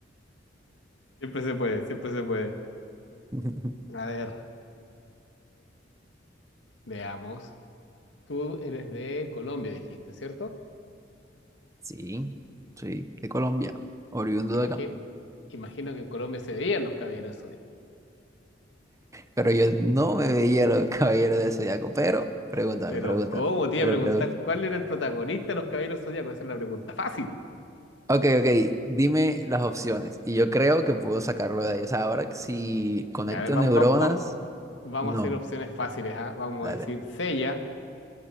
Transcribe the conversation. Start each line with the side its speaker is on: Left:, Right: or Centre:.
Left: Siempre se puede, siempre se puede.
Right: <laughs>
Left: A ver, veamos. Tú eres de Colombia, dijiste, ¿cierto?
Right: Sí, soy de Colombia, oriundo
Left: Imagi-
Right: de acá.
Left: imagino que en Colombia se veían los caballeros
Right: Pero yo no me veía los caballeros del Zodiaco, pero pregúntame,
Left: Pero
Right: pregúntame,
Left: ¿cómo? Te
Right: pero
Left: iba a preguntar
Right: pregúntame.
Left: cuál era el protagonista de los Caballeros Zodíacos. Esa es una pregunta fácil.
Right: Ok, ok, dime las opciones y yo creo que puedo sacarlo de ahí. O sea, ahora que si conecto
Left: Ya, a ver, vam-
Right: neuronas,
Left: vam- vam- vamos
Right: no,
Left: a hacer opciones fáciles, ¿ah? Vamos
Right: dale.
Left: a decir Seiya,